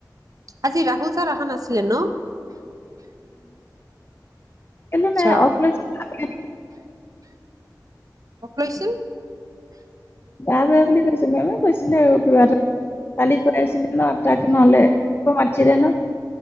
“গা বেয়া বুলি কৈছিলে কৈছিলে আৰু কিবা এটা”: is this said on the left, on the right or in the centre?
Left